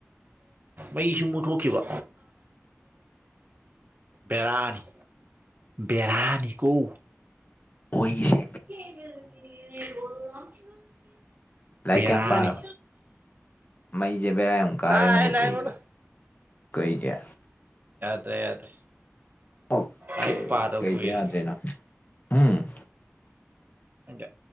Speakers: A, on the right; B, on the left.
A: ꯃꯩꯁꯨ ꯃꯨꯠꯊꯣꯛꯈꯤꯕ ꯕꯔꯥꯅꯤ ꯕꯦꯔꯥꯅꯤ ꯀꯣ
B: ꯑꯣꯏꯣꯏꯒꯤ
A: <unintelligible>
B: ꯂꯥꯏꯔꯤꯛ
A: ꯕꯦꯔꯥꯅꯤ
B: ꯀꯌꯥꯝ ꯄꯥꯔꯕ ꯃꯩꯁꯦ ꯕꯦꯔꯥ ꯌꯥꯝꯨꯛ ꯀꯥꯔꯦ
A: ꯀꯥꯏ
B: ꯃꯅꯤꯄꯨꯔꯁꯦ
A: ꯂꯥꯏꯔꯤꯛꯅꯣꯗ
B: ꯀ ꯀ
A: ꯌꯥꯗꯦ ꯌꯥꯗꯦ
B: ꯑꯣꯀꯦ
A: ꯑꯩ ꯄꯥꯗꯣ
B: ꯀꯩꯗ
A: ꯀꯨꯏꯔ
B: ꯌꯥꯗ꯭ꯔꯤꯅꯣ ꯎꯝ
A: ꯏꯀ